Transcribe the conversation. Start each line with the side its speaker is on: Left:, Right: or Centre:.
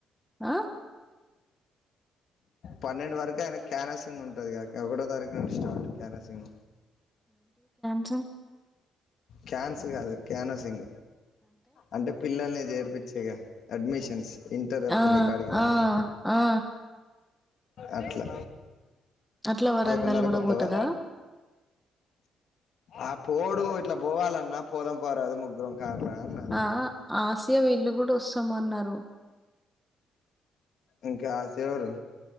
Centre: ఆ
Left: పన్నెండు వరకు ఆయన క్యానాసింగ్ ఉంటది కాక ఒకటో తారీఖు నను స్టార్ట్ క్యానాసింగ్
Centre: చవ్
Left: క్యాన్స్ కాదు క్యానసింగ్ అంటే పిల్లల్లే చేర్పించేగా అడ్మిషన్స్ ఇంటర్ అప్పుడు
Centre: ఆ
Left: నీ కాడికి రాలే
Centre: ఆ ఆ
Left: అట్లా
Centre: అట్లా వరంగల్
Left: పైకన ర
Centre: గూడా
Left: కొత్తవా
Centre: పోతడా?
Left: ఆ పోడు ఇట్లా పోవాలన్నా పోదం పోరాదు ముగ్గురం కారలా అన్న
Centre: ఆ ఆసియా వీళ్లు కూడా వస్తామ అన్నారు
Left: ఇంకా ఆసవరు